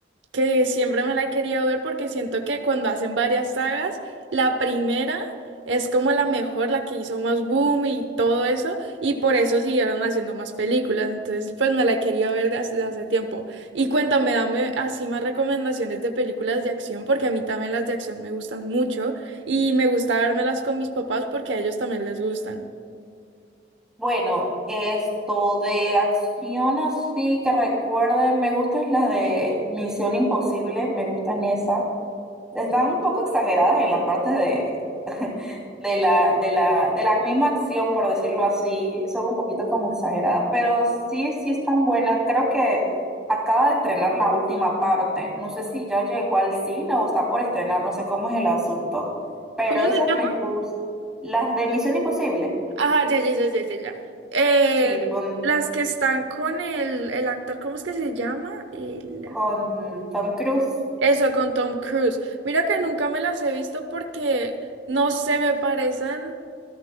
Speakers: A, on the right; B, in the centre.
A: que siempre me la he querido ver porque siento que cuando hacen varias sagas, la primera es como la mejor, la que hizo más boom y todo eso, y por eso siguieron haciendo más películas. Entonces, pues me la he querido ver de hace, de hace tiempo. Y cuéntame, dame así más recomendaciones de películas de acción, porque a mí también las de acción me gustan mucho y me gusta vérmelas con mis papás porque a ellos también les gustan.
B: Bueno, esto de acción así que recuerde, me gustan las de Misión Imposible, me gustan esas. Están un poco exageradas en las partes de, de la, de la, de la misma acción, por decirlo así. Son un poquito como exageradas, pero sí, sí están buenas. Creo que acaba de estrenar la última parte. No sé si ya llegó al cine o está por estrenar, no sé cómo es el asunto, pero
A: ¿Cómo
B: esas
A: se llama?
B: me gustan. Las de Misión Imposible,
A: Ah, ya, ya, ya, ya, ya, ya. Eh,
B: sí, con
A: las que están con el, el actor, ¿cómo es que se llama? El...
B: con Tom Cruise.
A: Eso, con Tom Cruise. Mira que nunca me las he visto porque, no sé, me parecen,